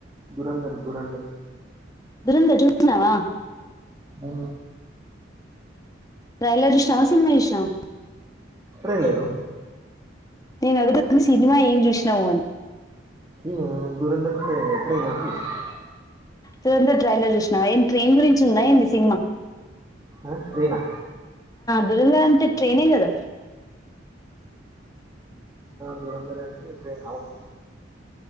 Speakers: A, on the right; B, on the left.
A: దురంధర్ దురంధర్
B: దూరందర్ చూసినవా
A: ఆ
B: ట్రైలర్ చూసినవా సినిమా చూసినవా
A: ట్రైలరు
B: నేను అడుగుతుంది సినిమా ఏం చూసినావు అని
A: <unintelligible> దూరందర్ ట్రై ట్రైలర్ చూసినా
B: దూరందర్ ట్రైన్ లో చూసినవా ఏం ట్రైన్ గురించి ఉందా ఏంది సినిమా
A: ఓబ్ ట్రైనా
B: ట్రయినా అంతే ట్రయినే గదా
A: దూరంధర్ అంటే ట్రైన్ అవును